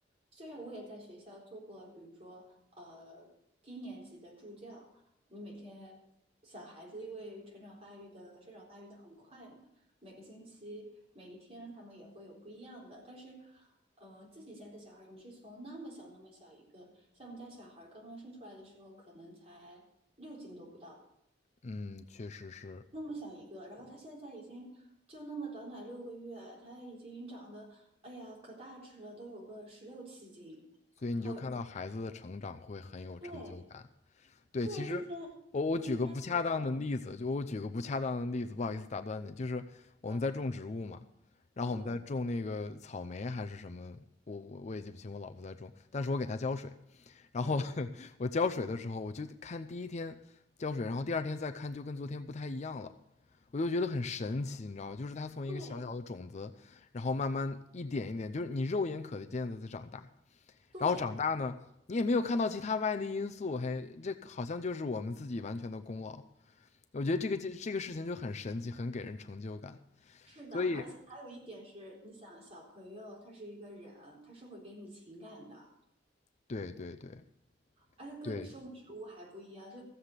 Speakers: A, on the right; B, on the left.
A: 虽然我也在学校做过，比如说呃低年级的助教，你每天小孩子因为成长发育的生长发育的很快嘛，每个星期每一天他们也会有不一样的，但是。呃，自己家的小孩儿，你是从那么小那么小一个，像我们家小孩儿刚刚生出来的时候，可能才六斤都不到，
B: 嗯，确实是，
A: 那么小一个，然后他现在已经就那么短短六个月，他已经长得，哎呀，可大只了，都有个十六七斤。
B: 所以你就看到孩子的成长会很有成就感。
A: 好，对，
B: 对，
A: 突然今天，
B: 其实我我举个不恰当的例子，
A: 今天比如说，
B: 就我举个不恰当的例子，不好意思打断你，就是我们在种植物嘛，
A: 呃
B: 然后我们在种那个草莓还是什么，
A: 嗯
B: 我我我也记不清我老婆在种，但是我给她浇水，然后
A: 嗯，
B: 我浇水的时候，我就看第一天浇水，然后第二天再看，就跟昨天不太一样了。我就觉得很神奇，你知道吗？就是它从一个小小的种子，
A: 对
B: 然后慢慢一点一点，就是你肉眼可见的在长大。
A: 对，
B: 然后长大呢，你也没有看到其他外力因素，嘿，这好像就是我们自己完全的功劳。我觉得这个这这个事情就很神奇，很给人成就感。
A: 是的，
B: 所以，
A: 而且还有一点是，你想小朋友他是一个人，他是会给你情感的。
B: 对对对
A: 而且跟种植物还不一样，
B: 对，
A: 就